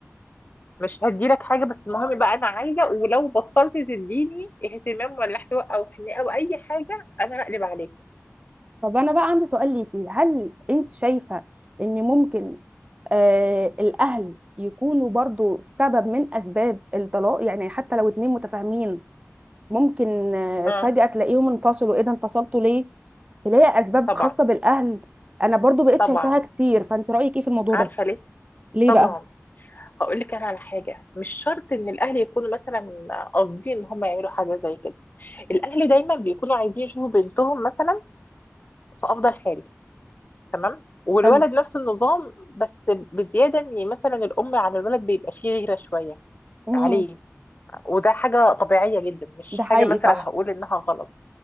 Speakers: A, on the left (about 35°); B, on the right (about 25°).
A: مش هديلك حاجة بس المهم يبقى أنا عايزة ولو بطلت تديني اهتمام ولا احتواء أو حنية أو أي حاجة أنا هقلب عليك
B: طب انا بقى عندي سؤال ليكي هل انت شايفة ان ممكن آه الاهل يكونوا برضو سبب من اسباب الطلاق يعني حتى لو اتنين متفاهمين ممكن آه
A: آه
B: فجأة تلاقيهم انفصلوا ايه ده انفصلتوا ليه تلاقي اسباب
A: طبعا
B: خاصة بالاهل انا برضو بقيت
A: طبعا
B: شايفاها كتير فانت رأيك ايه في الموضوع
A: عارفة
B: ده
A: ليه؟
B: ليه
A: طبعا
B: بقى
A: هقول لك أنا على حاجة مش شرط إن الأهل يكونوا مثلا قاصدين إن هم يعملوا حاجة زي كده الأهل دايما بيكونوا عايزين يشوفوا بنتهم مثلا في أفضل حال تمام والولد
B: حلو
A: نفس النظام بس بزيادة إن مثلا الأم على الولد بيبقى فيه غيرة شوية
B: امم
A: عليه وده حاجة طبيعية جدا مش
B: ده حقيقي
A: حاجة مثلا
B: صح
A: هقول إنها غلط